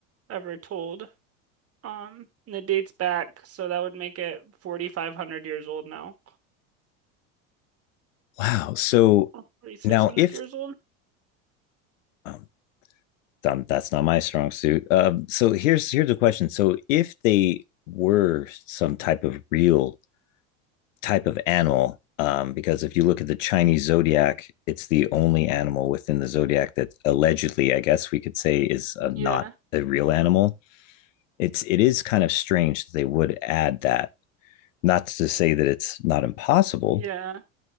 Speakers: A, on the right; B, on the left.
A: ever told. Um, and it dates back, so that would make it 4,500 years old now.
B: Wow. So
A: 4,600
B: now, if
A: years old?
B: um, um, that's not my strong suit. Um, so here's here's a question. So if they were some type of real type of animal um, because if you look at the Chinese zodiac, it's the only animal within the zodiac that allegedly, I guess we could say, is uh,
A: Yeah.
B: not a real animal. It's it is kind of strange that they would add that. Not to say that it's not impossible,
A: Yeah.